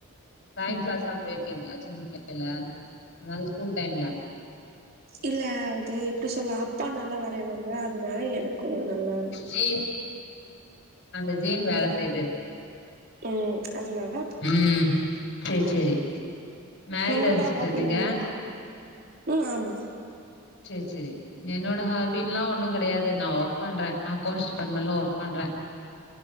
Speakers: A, on the left; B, on the right.
A: டிராயிங்
B: ம்
A: கிளாஸ்ல்லா போயிருக்கீங்ளா சின்ன புள் யில அத அந்த ஸ்கூல் டைம்ல
B: இல்ல அது எப்டி சொல்லா அப்பா நல்லா வரைவாங்க அதுனால எனக்கு நல்லா
A: ஜி அந்த ஜீன் வேல செய்து
B: ம் அதுனால
A: ம் சேர் சேரி மேரிடா
B: உங்ளோட
A: சிஸ்டர்
B: ஹாபி
A: நீங்க
B: என்ன ம் ஆமா
A: சேர் செரி என்னோட ஹாபின்லா ஒன்னு கெடையாது நா ஒர்க் பண்றே அக்கௌன்ட்ஸ் டிபார்ட்மெண்ட்ல ஒர்க் பண்றே